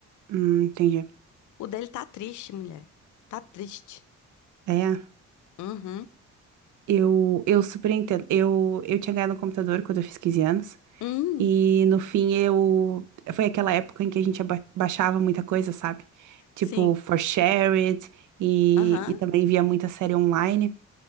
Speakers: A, on the right (about 80°); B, on the left (about 75°).
A: hum, entendi.
B: O dele tá triste, mulher. Tá triste.
A: É,
B: Uhum.
A: eu, eu super entendo. Eu, eu tinha ganhado um computador quando eu fiz 15 anos.
B: Hum,
A: E no fim eu. Foi aquela época em que a gente aba- baixava muita coisa, sabe? Tipo,
B: sim.
A: For Share It e,
B: Aham.
A: e também via muita série online.